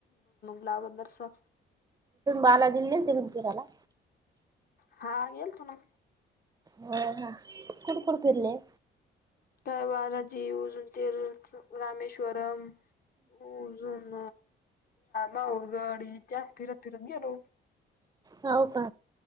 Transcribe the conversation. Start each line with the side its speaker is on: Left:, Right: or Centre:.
Left: लावला जरासा
Right: बालाजिल ति तराला.
Left: हा येल् तु ना.
Right: हा हा कोण कोडपरले.
Left: काय वाार जी उ जंतील रामेश्वरम हो जुन बाहरगडी त्या फिरत फिरत गेलो. <inaudible>
Right: हो का.